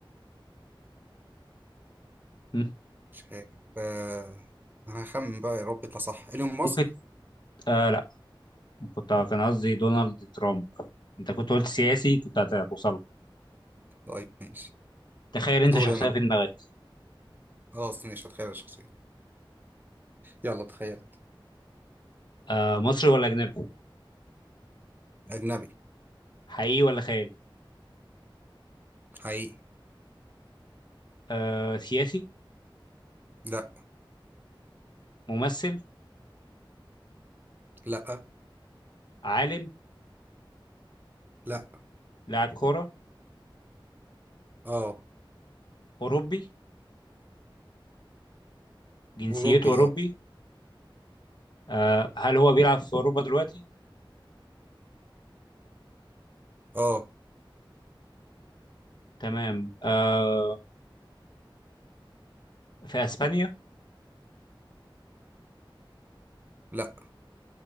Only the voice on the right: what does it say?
مش عارف آه، أنا هخمن بقى يا رب يطلع صح إيلون ماسك
طيب ماشي
دوري
أنا
خلاص ماشي هتخيل الشخصية يلا تخيلت
أجنبي
حقيقي
لأ
لأ
لأ
اه
أوروبي
اه
اه
لأ